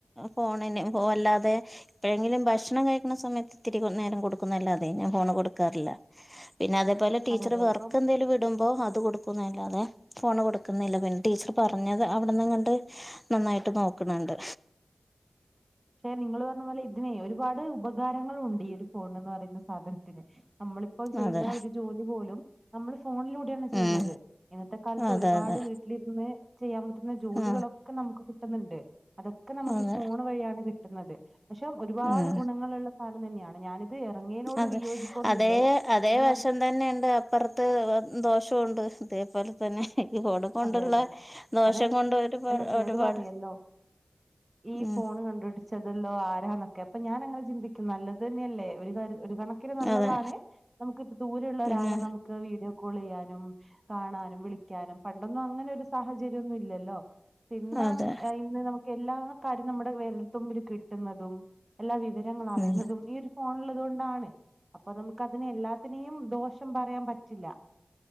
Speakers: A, in the centre; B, on the right (about 35°).
A: ഫോണിന് വല്ലാതെ എപ്പെഴെങ്കിലും ഭക്ഷണം കഴിക്കണ സമയത്ത് ഇത്തിരി കൊ നേരം കൊടുക്കുന്നെല്ലാതെ ഞാൻ ഫോൺ കൊടുക്കാറില്ല പിന്നെ അതേപോലെ ടീച്ചർ
B: അതെ അതെ
A: വർക്കെന്തേലും
B: അപ്പൊ
A: വിടുമ്പോ അത് കൊടുക്കുന്നല്ലാതെ ഫോണ് കൊടുക്കുന്നില്ല പിന്നെ ടീച്ചറ് പറഞ്ഞത് അവ്ട്ന്നെങ്ങാണ്ട് നന്നായിട്ട് നോക്ക്ണണ്ട്
B: ക്ഷെ നിങ്ങള് പറഞ്ഞ പോലെ ഇതിനേ ഒരുപാട് ഉപകാരങ്ങളുണ്ട് ഈ ഒരു ഫോണ്ന്ന് പറയുന്ന സാധനത്തിന് നമ്മളിപ് പ്പോൾ ചെയ്യ്ന്ന
A: അതെ
B: ഒര് ജോലി പോലും നമ്മൾ ഫോണിലൂടെയാണ് ചെയ്യ്ന്നത്
A: ഉം
B: ഇന്നത്തെ കാലത്ത്
A: അതെ
B: ഒരുപാട്
A: അതെ
B: വീട് ലിര്ന്ന് ചെയ്യാൻ പറ്റുന്ന ജോലികളൊക്കെ
A: ആ
B: നമുക്ക് കിട്ട്ന്ന്ണ്ട് അതൊക്കെ നമ്മക്ക്
A: അതെ
B: ഈ ഫോണ് വഴിയാണ് കിട്ട്ന്നത് പക്ഷെ ഒരുപാട്
A: ഉം
B: ഗുണങ്ങളുള്ള സാനം തന്നെയാണ് ഞാന് ത് എറങ്ങ്യേനോട്
A: അതെ
B: വിയോജിപ്പൊന്നൂല്ലേ
A: അതേ അതേ
B: ഇത്
A: വശം
B: നമ്
A: തന്നെയുണ്ട് അപ്പറത്ത് ദോഷോണ്ട് ഇതേപോലെ തന്നെ ഈ ഫോണ് കൊണ്ട്ള്ള
B: അതെ അതെ
A: ദോഷം
B: അതെ
A: കൊണ്ട് ഒരുപാട്
B: അല്ല ചിലര്
A: ഒരുപാട്
B: പറയല്ലോ ഈ
A: ഉം
B: ഫോണ് കണ്ട് പിടി ച്ചതല്ലോ ആരാന്നൊക്കെ അപ്പം ഞാനങ്ങനെ ചിന്തിക്കും നല്ലതെന്നെല്ലേ ഒരു കാര്യ ഒരു കണ ക്കിന് നല്ലതാണ്
A: അതെ
B: നമുക്ക് ദൂരയുള്ള
A: പിന്നെ
B: ഒരാളെ നമുക്ക് ക്ക് വീഡിയോ കോള് ചെയ്യാനും കാണാനും വിളിക്കാനും പണ്ടൊന്നും അങ്ങനെ ഒരു സാഹചര്യൊന്നും ഇല്ലല്ലോ ഇപ്പം ഇന്നാണ്
A: അതെ
B: ഇന്ന് നമു ക്കെല്ലാ കാര്യം നമ്മുടെ വെരൽത്തുമ്പിൽ കിട്ടുന്നതും എല്ലാ വിവരങ്ങൾ അറിയുന്നതും
A: ഉം
B: ഈ ഒരു ഫോൺ ഇള്ളത് കൊണ്ടാണ് അപ്പൊ നമുക്ക് അതിനെ എല്ലാത്തിനെയും ദോഷം പറയാൻ പറ്റില്ല